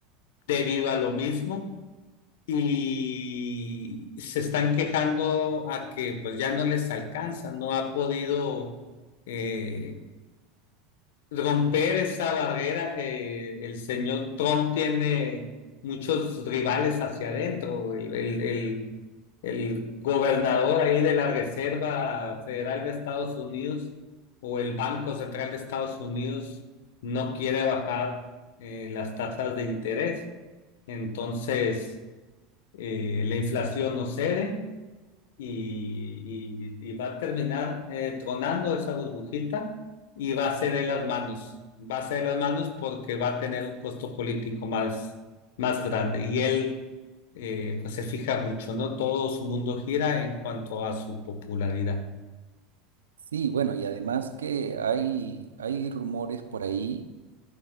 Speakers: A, on the left (about 70°); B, on the right (about 85°).
A: debido a lo mismo y se están quejando a que pues ya no les alcanza, no ha podido eh, romper esa barrera. eh, el señor Trump tiene muchos rivales hacia adentro, el, el, el, el gobernador ahí de la Reserva Federal de Estados Unidos o el Banco Central de Estados Unidos no quiere bajar eh, las tasas de interés. Entonces, eh, la inflación no cede y, y- y va a terminar eh, tronando esa burbujita y va a ceder las manos, va a ceder las manos porque va a tener un costo político más, más grande. Y él eh, pues se fija mucho, ¿no? Todo su mundo gira en cuanto a su popularidad.
B: Sí, bueno, y además que hay, hay rumores por ahí,